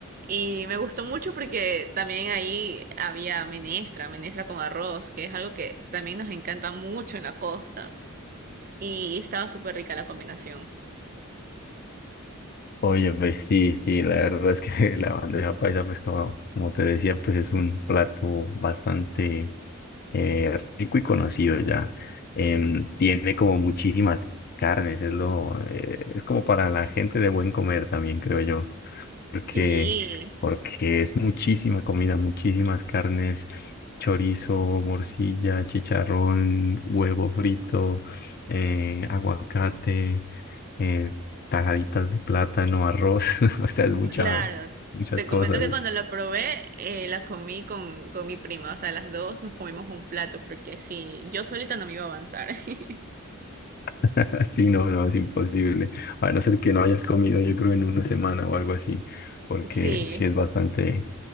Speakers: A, on the right; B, on the left.
A: Y me gustó mucho porque también ahí había menestra, menestra con arroz, que es algo que también nos encanta mucho en la costa. Y estaba súper rica la combinación.
B: Oye, pues sí, sí, la verdad es que <laughs> la bandeja paisa, pues como, como te decía, pues es un plato bastante eh, rico y conocido ya. Em, tiene como muchísimas carnes, es lo, eh, es como para la gente de buen comer también, creo yo. porque,
A: Sí.
B: porque es muchísima comida, muchísimas carnes, chorizo, morcilla, chicharrón, huevo frito, eh, aguacate, eh, tajaditas de plátano, arroz, <laughs> o sea, es mucha,
A: Claro,
B: muchas
A: te
B: cosas.
A: comento que cuando la probé, eh, la comí con, con mi prima, o sea, las dos nos comimos un plato, porque sí, yo solita no me iba a avanzar. <laughs>
B: <laughs> sí no, no, es imposible. A no ser que no hayas comido, yo creo, en una semana o algo así, porque
A: Sí,
B: sí es bastante,